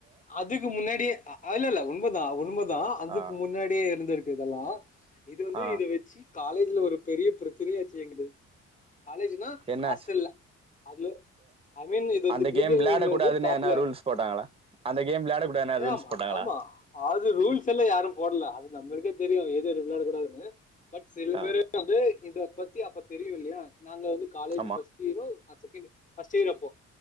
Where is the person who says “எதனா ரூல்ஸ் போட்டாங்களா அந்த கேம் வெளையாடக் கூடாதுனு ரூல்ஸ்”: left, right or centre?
Right